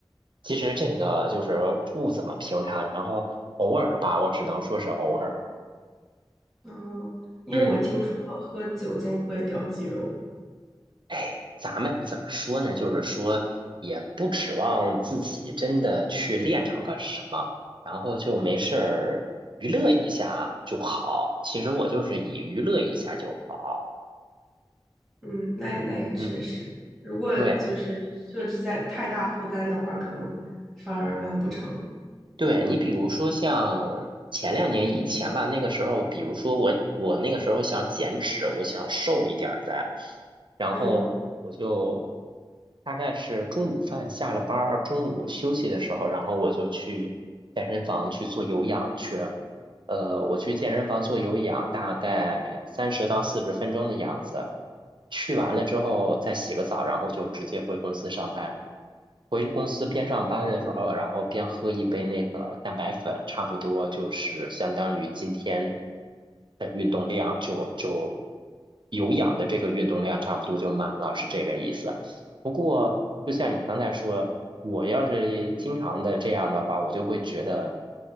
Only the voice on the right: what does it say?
其实这个就是不怎么平常，然后偶尔吧，我只能说是偶尔。
嗯，哎，咱们怎么说呢？就是说，也不指望自己真的去练成个什么，然后就没事儿娱乐一下就好。其实我就是以娱乐一下就好。
嗯，
对。
对你，比如说像前两年以前吧，那个时候，比如说我我那个时候想减脂，我想瘦一点儿再，然后我就
大概是中午饭下了班儿，中午休息的时候，然后我就去健身房去做有氧去。呃，我去健身房做有氧，大概三十到四十分钟的样子。去完了之后再洗个澡，然后就直接回公司上班。回公司边上班的时候，然后边喝一杯那个蛋白粉，差不多就是相当于今天的运动量就就有氧的这个运动量差不多就满了，是这个意思。不过，就像你刚才说，我要是经常的这样的话，我就会觉得